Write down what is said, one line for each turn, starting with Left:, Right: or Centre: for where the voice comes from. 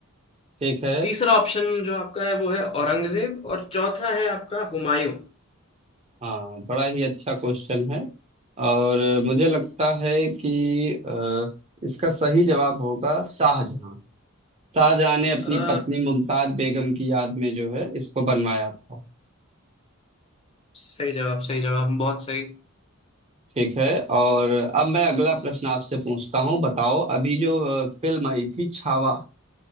Right: ठीक है
Left: तीसरा ऑप्शन जो आपका है वो है औरंगजेब और चौथा है आपका हुमायूं
Right: हाँ बड़ा ही अच्छा क्वेश्चन है और मुझे लगता है कि अ, इसका सही जवाब होगा शाहजहां शाहजहां ने अपनी
Left: अ,
Right: पत्नी मुमताज बेगम की याद में जो है इसको बनवाया था
Left: सही जवाब सही जवाब बहुत सही
Right: ठीक है और अब मैं अगला प्रश्न आपसे पूछता हूँ बताओ अभी जो अ, फिल्म आई थी छावा